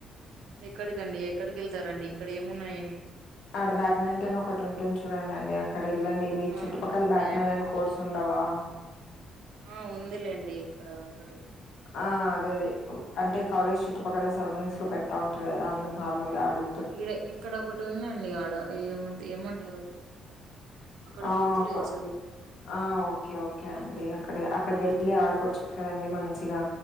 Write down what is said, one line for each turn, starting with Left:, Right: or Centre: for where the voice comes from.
Right: ఎక్కడికండి ఎక్కడికి వెళ్తారండి ఇక్కడ ఏమున్నాయని
Left: ఆక్కడ బ్యాడ్మింటన్ ఒకటి ఉంటుంది చూడండండి అక్కడ వెళ్ళండి మీ
Right: ఆ
Left: చుట్టుపక్కల బ్యాట్మింటన్
Right: బ్యాడ్
Left: కోర్ట్స్
Right: ఆ
Left: ఉండవా
Right: ఆ ఉందిలేండి ఇక్కడ ఒకటి
Left: ఆ అదే అంటే కాలేజ్ చుట్టుపక్కల సరౌండింగ్స్ లో పెడతా ఉంటారు కదా అందుకు నార్మల్గాడు
Right: ఇక్కడ ఇక్కడ ఒకటి ఉందండి ఆడ ఏము ఏమంటారు అక్కడ
Left: ఆ
Right: గుర్తులేదు
Left: కొ
Right: సరి ఇప్పుడు
Left: ఆ ఓకే ఓకే అండి అక్కడ అక్కడ వెళ్ళి ఆడుకోవచ్చు కదండి మన మంచిగా